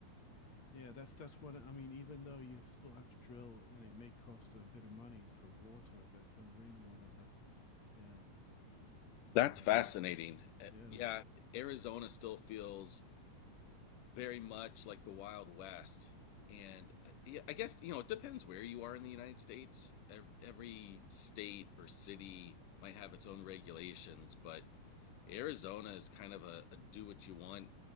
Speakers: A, on the left; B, on the left.
A: yeah, that's that's what I mean. Even though you still have to drill, and it may cost a bit of money for water, but uh, rainwater, but yeah, um,
B: That's fascinating. Uh,
A: yeah.
B: Yeah, Arizona still feels very much like the Wild West. And uh, yeah, I guess, you know, it depends where you are in the United States. Every state or city might have its own regulations, but Arizona is kind of a, a do what you want